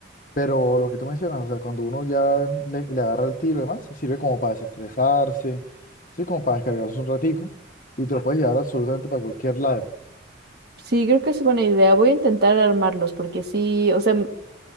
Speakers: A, on the left (about 45°); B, on the right (about 55°).
A: Pero lo que tú mencionas, o sea, cuando uno ya le, le agarra el tiro y demás, sirve como para desestresarse, sirve como para descargarse un ratico y te lo puedes llevar absolutamente para cualquier lado.
B: Sí, creo que es buena idea. Voy a intentar armarlos porque sí, o sea,